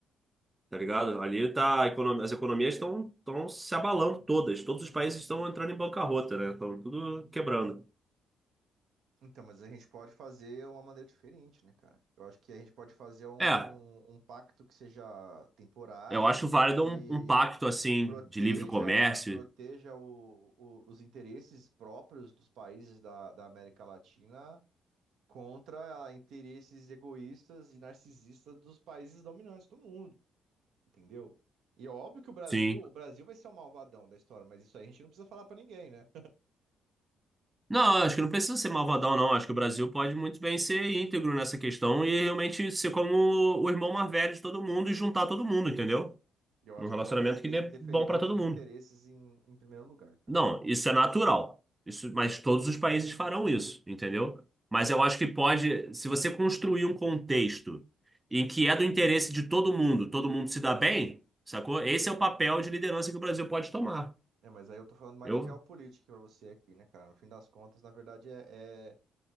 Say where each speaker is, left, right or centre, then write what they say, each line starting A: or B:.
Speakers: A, on the right (about 20°); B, on the right (about 80°).
A: Tá ligado? Ali tá, a econo- as economias estão estão se abalando todas. Todos os países estão entrando em bancarrota, né? Estão tudo quebrando.
B: Então, mas a gente pode fazer uma maneira diferente, né, cara? Eu acho que a gente pode fazer um,
A: É,
B: um, um pacto que seja temporário
A: eu acho
B: e
A: válido
B: que
A: um, um pacto assim
B: proteja,
A: de livre comércio.
B: proteja o- o- os interesses próprios dos países da, da América Latina contra interesses egoístas e narcisistas dos países dominantes do mundo, entendeu? E é óbvio que o Brasil,
A: Sim.
B: o Brasil vai ser o malvadão da história, mas isso aí a gente não precisa falar pra ninguém, né?
A: Não, acho que não precisa ser malvadão, não. Acho que o Brasil pode muito bem ser íntegro nessa questão e realmente ser como o irmão mais velho de todo mundo e juntar todo mundo, entendeu?
B: Eu acho
A: Num relacionamento
B: que o Brasil tem
A: que dê
B: que defender
A: bom pra
B: os
A: todo
B: seus
A: mundo.
B: interesses em, em primeiro lugar, cara.
A: Não, isso é natural. Isso, mas todos os países farão isso, entendeu? Mas eu acho que pode, se você construir um contexto em que é do interesse de todo mundo, todo mundo se dá bem, sacou? Esse é o papel de liderança que o Brasil pode tomar.
B: É, mas aí eu tô falando mais
A: Eu
B: de realpolitik pra você aqui, né, cara? No fim das contas, na verdade, é, é,